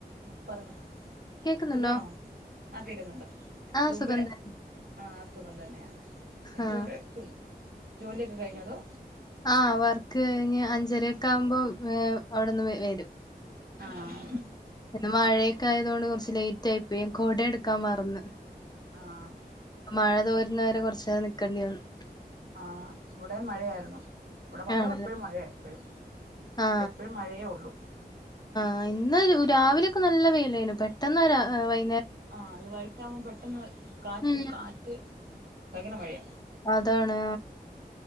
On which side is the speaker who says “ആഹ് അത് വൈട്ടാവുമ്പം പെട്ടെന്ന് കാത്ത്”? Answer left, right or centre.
Right